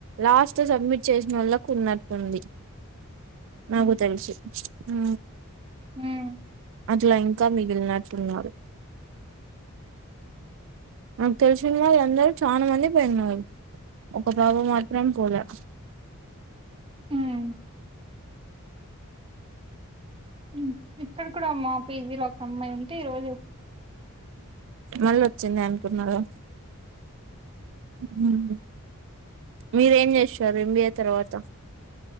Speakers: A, on the right; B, on the right.
A: లాస్ట్ సబ్మిట్ చేసినోళ్లకు ఉన్నటుంది నాకు తెలుసు అ
B: మ్మ్
A: అట్లా ఇంకా మిగిలినట్టున్నారు నాక్ తెల్స్విన్ వాళ్ళందరూ చానా మంది పోయిన్నారు ఒక పాప మాత్రం పోలే
B: హ్మ్ హ్మ్. ఇక్కడ కూడా అమ్మా పీజీ లో ఒక్కమ్మాయి ఉంటే ఈరోజు
A: మల్ వచ్చింది అనుకున్నారా హ్మ్ మీరేం చేస్తారు ఎంబిఎ తర్వాత